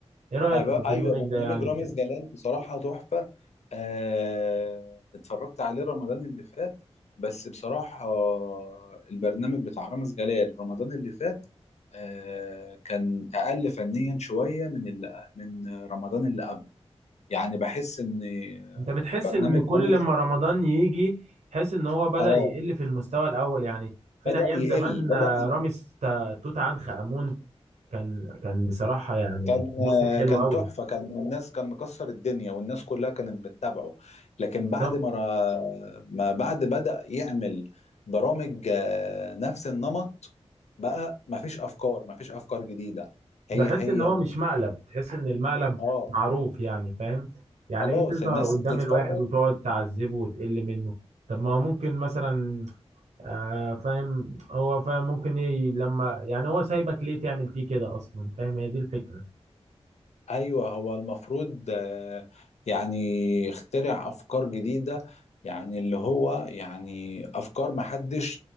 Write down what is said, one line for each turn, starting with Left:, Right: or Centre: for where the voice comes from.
Right: ايه رأيك
Left: أب-
Right: في البرنامج
Left: ايوه
Right: ده
Left: برنامج
Right: يعني
Left: رامز
Right: بت-
Left: جلال بصراحه تحفه آه، اتفرجت عليه رمضان اللي فات بس بصراحه آه، البرنامج بتاع رامز جلال رمضان اللي فات آه، كان اقل فنيا شويه من ال- من رمضان اللي قبل يعني بحس ان
Right: انت بتحس
Left: برنامج
Right: ان كل
Left: رامز
Right: ما رمضان يجي تحس ان هو بدأ
Left: اه
Right: يقل في المستوى الاول يعني فين
Left: بدأ
Right: ايام
Left: يقل
Right: زمان
Left: بدأ
Right: آه، رامز ت- توت عنخ آمون كان كان بصراحة يعني
Left: كان
Right: موسم حلو
Left: كان
Right: قوي
Left: تحفة كان الناس كان مكسر الدنيا والناس كلها كانت بتتابعه لكن
Right: بالظبط
Left: بعد ما را- ما بعد بدأ يعمل برامج آه، نفس النمط بقى ما فيش أفكار ما فيش أفكار جديدة
Right: بحس
Left: هي هي
Right: ان هو
Left: ال...
Right: مش مقلب تحس ان المقلب
Left: اه
Right: معروف يعني فاهم يعني
Left: خلاص
Right: ايه تظهر
Left: الناس
Right: قدام
Left: بتتفرج
Right: الواحد وتقعد تعذبه وتقل منه طب ما هو ممكن مثلا آه فاهم هو فاهم ممكن ي... لما يعني هو سايبك ليه تعمل فيه كده اصلا فاهم هي دي الفكرة
Left: ايوه هو المفروض آه، يعني يخترع افكار جديده يعني اللي هو يعني افكار ما حدش